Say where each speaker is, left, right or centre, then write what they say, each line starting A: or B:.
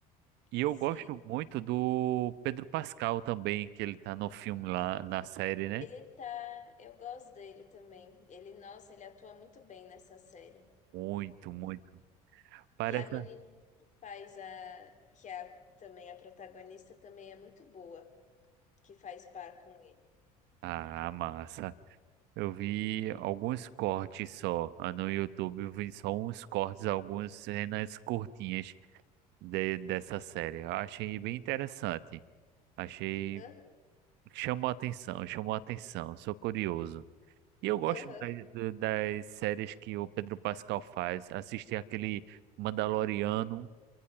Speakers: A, on the right; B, on the left.
A: E eu
B: Sim.
A: gosto muito do Pedro Pascal também, que ele tá no filme lá, na série, né?
B: Ele tá, eu gosto dele também. Ele, nossa, ele atua muito bem nessa série.
A: Muito, muito. Parece.
B: E a menina que faz a, que é também a protagonista, também é muito boa, que faz par com ele.
A: Ah, massa. Eu vi alguns cortes só. Ah, No YouTube eu vi só uns cortes, algumas cenas curtinhas de- dessa série.
B: Hum.
A: Eu achei bem interessante. Achei.
B: Aham,
A: Chamou a atenção, chamou a atenção. Sou curioso. E eu gosto
B: aham.
A: das, do- das séries que o Pedro Pascal faz. Assisti aquele Mandaloriano